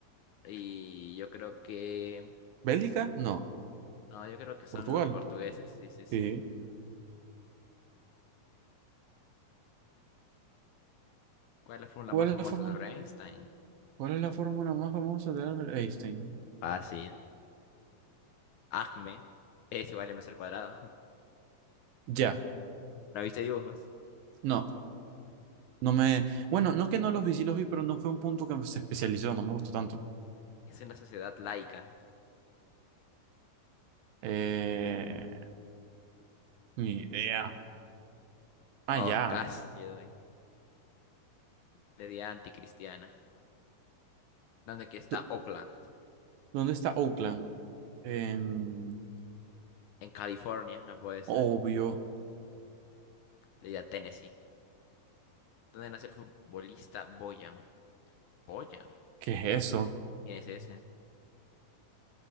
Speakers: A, on the left (about 75°); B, on the right (about 80°).
A: Y yo creo que...
B: ¿Bélgica? No.
A: No, yo creo que son
B: ¿Portugal?
A: los portugueses. Sí, sí, sí.
B: Sí.
A: ¿Cuál es la fórmula
B: ¿Cuál
A: más
B: es
A: famosa
B: la fórmula?
A: de Albert Einstein?
B: ¿Cuál es la fórmula más famosa de Albert Einstein?
A: Fácil. ACME es igual a MC al cuadrado.
B: Ya.
A: <laughs> ¿No viste dibujos?
B: No. No me, bueno, no que no los vi, sí los vi, pero no fue un punto que se especializó, no me gustó tanto.
A: Es una sociedad laica.
B: Eh, ni idea. Ah,
A: Oh,
B: ya.
A: casi le doy. Le di a anticristiana. ¿Dónde que está
B: ¿Dó-
A: Oakland?
B: ¿Dónde está Oakland? Em,
A: En California, no puede ser.
B: obvio.
A: Le di a Tennessee. ¿Dónde nace el futbolista Boyan? ¿Boyan?
B: ¿Qué es eso?
A: ¿Quién es ese?